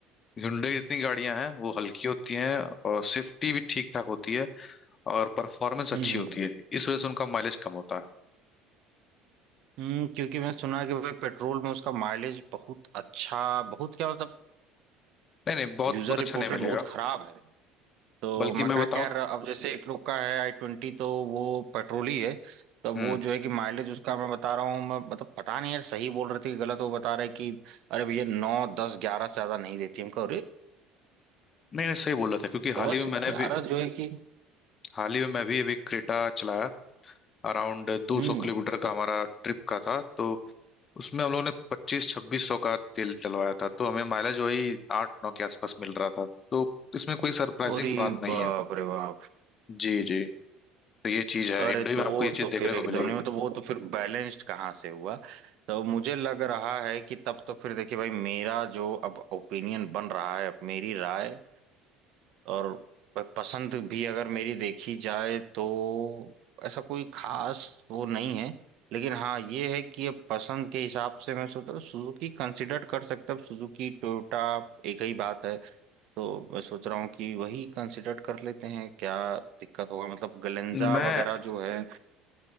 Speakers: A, on the left (about 40°); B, on the right (about 60°).
A: hyundai की जितनी गाड़ियां हैं वो हल्की होती हैं और सेफ्टी भी ठीक ठाक होती है और परफॉर्मेंस अच्छी
B: हम्म हम्म
A: होती है इस वजह से उनका माइलेज कम होता है
B: हम्म, क्योंकि मैं सुना कि भाई पेट्रोल में उसका माइलेज बहुत अच्छा बहुत क्या मतलब
A: नहीं नहीं बहुत
B: यूजर
A: बहुत अच्छा
B: रिपोर्टेड
A: नहीं मिलेगा
B: बहुत खराब है तो
A: बल्कि
B: मका
A: मैं बताऊं
B: क्या यार अब जैसे एक लोग का है आई ट्वेंटी तो वो पेट्रोल ही है तब
A: हम्म
B: वो जो है कि माइलेज उसका मैं बता रहा हूँ मैं मतलब पता नहीं यार सही बोल रहे थे कि गलत वो बता रहे कि अरे भैया नौ दस ग्यारह से ज्यादा नहीं देती हमको अरे
A: नहीं नहीं सही बोल रहा था क्योंकि
B: दस
A: हाल ही में मैंने
B: ग्यारह
A: भी
B: जो है कि
A: हाल ही में मैं भी अभी क्रेटा चलाया अराउंड 200
B: हम्म
A: किलोमीटर का हमारा ट्रिप का था तो उसमें हम लोगों ने पच्चीस छब्बीस सौ का तेल डलवाया था तो हमें माइलेज वही आठ नौ के आसपास मिल रहा था तो इसमें कोई सरप्राइजिंग
B: अरे
A: बात नहीं
B: बाप
A: है
B: रे बाप
A: जी जी तो ये चीज है
B: अरे
A: हिंडई
B: तो
A: में आपको
B: वो
A: ये चीज
B: तो
A: देखने
B: फिर
A: को
B: एकदम
A: मिलेगी
B: नहीं तो वो तो फिर बैलेंस्ड कहाँ से हुआ तो मुझे लग रहा है कि तब तो फिर देखिए भाई मेरा जो अब ओपिनियन बन रहा है अब मेरी राय और प- पसंद भी अगर मेरी देखी जाए तो ऐसा कोई खास वो नहीं है लेकिन हाँ ये है कि अब पसंद के हिसाब से मैं सोच रहा हूँ सुजुकी कंसिडर कर सकता हूँ सुजुकी टोयोटा एक ही बात है तो मैं सोच रहा हूँ कि वही कंसिडर कर लेते हैं क्या दिक्कत होगा मतलब गलेंजा
A: मैं
B: वगैरह जो है